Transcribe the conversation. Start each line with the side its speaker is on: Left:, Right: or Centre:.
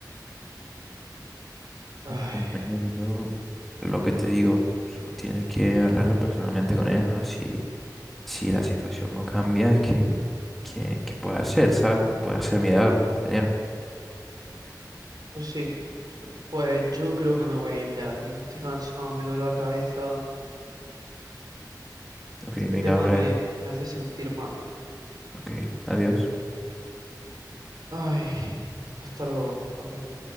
Right: Ay,
Centre: Bueno, compañero, yo lo que te digo, so- tienes que hablarlo personalmente con él, ¿no? Si, si la situación no cambia, es que, que, que puede hacer, ¿sabes? No puede hacer milagros, compañero.
Right: pues sí, pues yo creo que me voy a ir ya, tío. Estoy cansado, me duele la cabeza.
Centre: Ok,
Right: Este
Centre: venga,
Right: tema
Centre: brother.
Right: me, me hace sentir mal.
Centre: Ok, adiós.
Right: Ay, hasta luego, nos vemos.